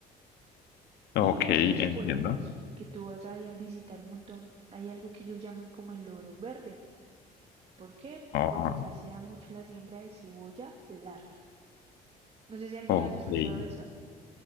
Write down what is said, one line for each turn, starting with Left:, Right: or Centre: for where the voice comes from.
Left: Ok,
Right: Y a estos
Left: entiendo.
Right: pueblos que tú vas a ir a visitar un montón, hay algo que ellos llaman como el oro verde ¿Por qué?
Left: Ah,
Right: Porque allá se da mucho la siembra de cebolla larga. No sé si alguna
Left: ok.
Right: vez has escuchado eso.